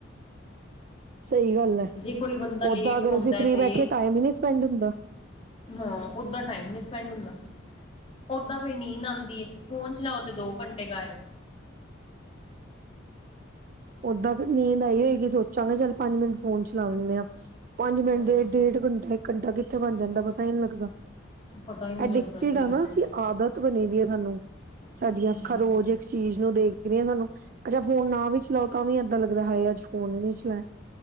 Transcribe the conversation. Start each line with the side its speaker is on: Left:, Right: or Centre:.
Right: ਸਈ ਗੱਲ ਹੈ
Left: ਜੇ ਕੋਈ ਬੰਦਾ ਲੇਟ
Right: ਓਦਾਂ ਅਗਰ
Left: ਸੌਂਦਾ
Right: ਅਸੀਂ ਫਰੀ
Left: ਤੇ
Right: ਬੈਠੇ ਟੈਮ ਈ ਨਈ ਸਪੈਂਡ ਹੁੰਦਾ।
Left: ਹਾਂ ਓਦਾਂ ਟੈਮ ਨੀ ਸਪੈਂਡ ਹੁੰਦਾ ਓਦਾਂ ਫੇਰ ਨੀਂਦ ਆਂਦ ਫੇਰ ਫੋਨ ਚਲਾਓ ਤੇ ਦੋ ਘੰਟੇ ਗਾਇਬ
Right: ਓਦਾਂ ਤੇ ਨੀਂਦ ਆਈ ਹੋਏਗੀ ਸੋਚਾਂਗੇ ਚੱਲ ਪੰਜ ਮਿੰਟ ਫੋਨ ਚਲਾ ਲੇਂਣੇ ਆਂ। ਪੰਜ ਮਿੰਟ
Left: ਹਾਂਜੀ।
Right: ਦੇ ਡੇਢ ਘੰਟਾ ਇੱਕ ਘੰਟਾ ਕਿੱਥੇ ਬਣ ਜਾਂਦਾ ਪਤਾ ਹੀ ਨਈ ਲੱਗਦਾ।
Left: ਪਤਾ ਈ ਨੀ
Right: ਅਡਿਕਟਿ
Left: ਲੱਗਦਾ ਸਹੀ
Right: ਆਂ ਨਾ
Left: ਗੱਲ
Right: ਅਸੀ ਆਦਤ ਬਣੀ ਦੀ ਆ ਸਾਨੂੰ ਸਾਡੀਆਂ
Left: ਹੂੰ
Right: ਅੱਖਾਂ ਰੋਜ਼ ਇੱਕ ਚੀਜ਼ ਨੂੰ ਦੇਖ ਰਈਆ ਸਾਨੂੰ ਅੱਛਾ ਫੋਨ ਨਾ ਵੀ ਚਲਾਓ। ਤਾਂਵੀ ਏਦਾਂ ਲੱਗਦਾ ਹੈ ਹਾਏ ਅੱਜ ਫੋਨ ਨੀ ਚਲਾਏ।